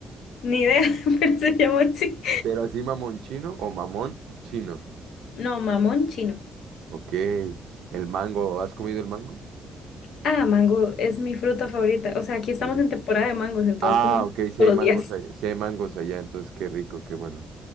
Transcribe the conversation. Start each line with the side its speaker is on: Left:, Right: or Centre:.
Left: Ni idea, <laughs> pero se llama así.
Right: Pero así mamón chino o mamón chino.
Left: No, mamón chino.
Right: Ok. El mango, ¿has comido el mango?
Left: Ah, mango es mi fruta favorita. O sea, aquí estamos
Right: Qué rico.
Left: en temporada de mangos, entonces
Right: Ah,
Left: como mango
Right: ok, Si
Left: todos
Right: hay mangos
Left: los días.
Right: allá, sí hay mangos allá, entonces qué rico, qué bueno.